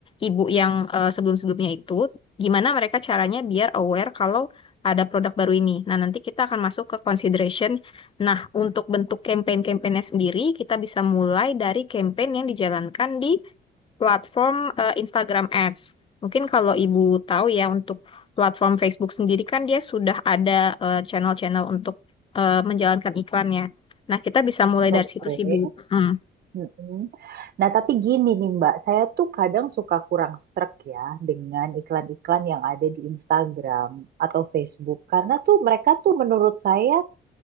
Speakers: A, on the left; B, on the right.
A: ibu yang eh, sebelum-sebelumnya itu, gimana mereka caranya biar aware kalau ada produk baru ini. Nah, nanti kita akan masuk ke consideration Nah, untuk bentuk campaign-campaignnya sendiri, kita bisa mulai dari campaign yang dijalankan di platform eh, Instagram Ads. Mungkin kalau Ibu tahu ya, untuk platform Facebook sendiri kan dia sudah ada eh, channel-channel untuk eh, menjalankan iklannya. Nah, kita bisa mulai
B: Oke.
A: dari situ sih, Bu. Mm.
B: Mm-mm. Nah, tapi gini nih Mbak, saya tuh kadang suka kurang srek ya dengan iklan-iklan yang ada di Instagram atau Facebook. Karena tuh mereka tuh menurut saya